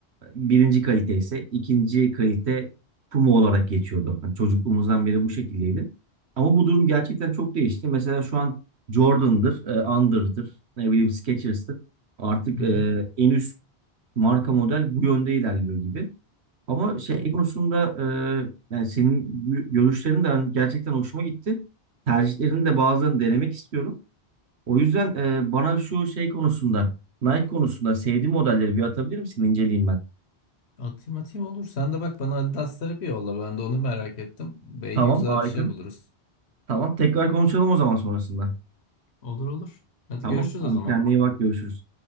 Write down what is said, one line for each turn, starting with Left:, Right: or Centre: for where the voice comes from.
Right: Birinci kalite ise ikinci kalite Puma olarak geçiyordu. Hani çocukluğumuzdan beri bu şekildeydi. Ama bu durum gerçekten çok değişti. Mesela şu an Jordan'dır, e, Under'dır, ne bileyim Skechers'tır. Artık
Left: Hı
Right: e,
Left: hı.
Right: en üst marka model bu yönde ilerliyor gibi. Ama şey konusunda e, yani senin gö- görüşlerin de hani gerçekten hoşuma gitti. Tercihlerini de bazılarını denemek istiyorum. O yüzden e, bana şu şey konusunda, Nike konusunda sevdiğim modelleri bir atabilir misin? İnceleyeyim ben.
Left: Atayım atayım olur. Sen de bak bana Adidas'ları bir yolla. Ben de onu merak ettim. Belki
Right: Tamam,
Left: güzel
Right: harika.
Left: bir şey buluruz.
Right: Tamam, tekrar konuşalım o zaman sonrasında.
Left: Olur olur. Hadi
Right: Tamam,
Left: görüşürüz
Right: hadi
Left: o zaman.
Right: kendine iyi bak, görüşürüz.